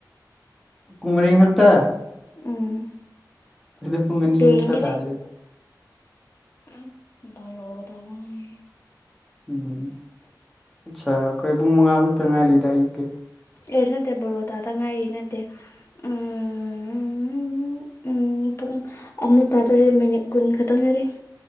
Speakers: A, in the centre; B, on the left.
A: ꯄꯨꯡ ꯃꯔꯤ ꯈꯛꯇ
B: ꯎꯝ
A: ꯑꯩꯈꯣꯏꯗꯤ ꯄꯨꯡ ꯑꯅꯤ
B: ꯌꯦꯡꯒꯦꯅꯦ
A: ꯉꯛꯇ ꯇꯥꯔꯤꯌꯦ
B: ꯎꯝ ꯕꯥꯔꫭ ꯇꯥꯗꯔꫭ ꯃꯥꯜꯂꯦ
A: ꯎꯝ ꯑꯠꯆꯥꯥ ꯑꯩꯈꯣꯏ ꯄꯨꯡ ꯃꯪꯉꯥ ꯈꯛꯇ ꯉꯥꯏꯔꯤꯗ ꯑꯌꯨꯛꯀꯤ
B: ꯑꯦ ꯅꯠꯇꯦ ꯕꯥꯔꯣꯇꯥꯗ ꯉꯥꯏꯔꯤ ꯅꯠꯇꯦ ꯎꯝ ꯎꯝ ꯄꯨꯡ ꯑꯃ ꯇꯥꯗꫭꯔꯦ ꯃꯤꯅꯤꯠ ꯀꯨꯟ ꯈꯛꯇ ꯉꯥꯏꯔꯦ